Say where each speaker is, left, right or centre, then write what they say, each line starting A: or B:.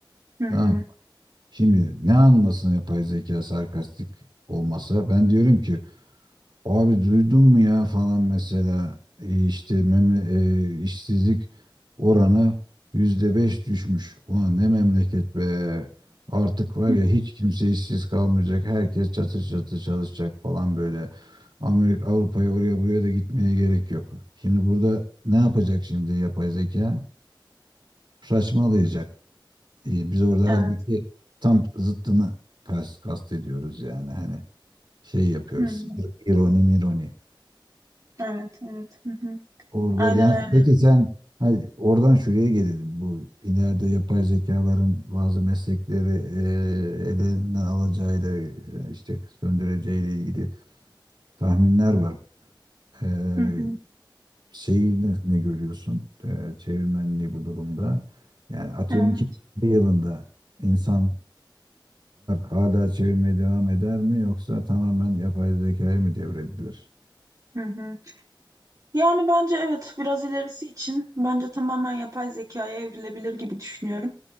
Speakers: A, on the right; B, on the right.
A: hı hı
B: Tamam mı? Şimdi ne anlasın yapay zeka sarkastik olmasa? Ben diyorum ki Abi duydun mu ya falan mesela e, işte memle e, işsizlik oranı yüzde beş düşmüş. Ulan ne memleket be. Artık var
A: hı.
B: ya hiç kimse işsiz kalmayacak. Herkes çatır çatır çalışacak falan böyle. Amerika Avrupa'ya oraya buraya da gitmeye gerek yok. Şimdi burada ne yapacak şimdi yapay zeka? Saçmalayacak. E, biz orada
A: evet
B: halbuki tam zıttını kast, kast ediyoruz yani hani şey yapıyoruz.
A: hı hı.
B: ir- İroni mironi.
A: evet evet hı hı.
B: Orada
A: aynen
B: yani
A: öyle
B: peki sen hani oradan şuraya gelelim. Bu ileride yapay zekaların bazı meslekleri e, ellerinden alacağıyla e, işte söndüreceğiyle ilgili tahminler var. E,
A: hı hı.
B: şeyi ne, ne görüyorsun? E, çevirmenliği bu durumda. Yani atıyorum
A: evet
B: iki bir yılında insanlar hala çevirmeye devam eder mi yoksa tamamen yapay zekaya mı devredilir?
A: hı hı. Yani bence evet biraz ilerisi için bence tamamen yapay zekaya evrilebilir gibi düşünüyorum.